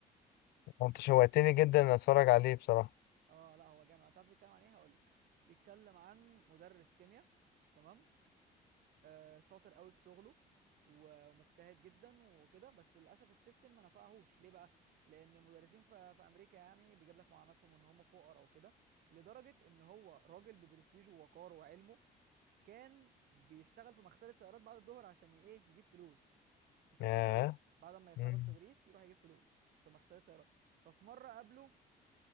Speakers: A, on the left; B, on the right.
A: انت شوقتني جدا ان اتفرج عليه بصراحة
B: اه لا هو جامد تعرف بيتكلم عن ايه هقول لك بيتكلم عن مدرس كيمياء تمام آه، شاطر قوي في شغله ومجتهد جدا وكده بس للاسف السيستم ما نفعهوش ليه بقى لان المدرسين في, في امريكا يعني بيجيب لك معاناتهم ان هم فقراء وكده لدرجه ان هو راجل ببرستيجه ووقاره وعلمه كان بيشتغل في مغسله سيارات بعد الظهر عشان ي- ايه يجيب فلوس انت
A: ياه
B: متخيل بعد ما يخلص
A: امم
B: تدريس يروح يجيب فلوس في مغسله سيارات ففي مره قابله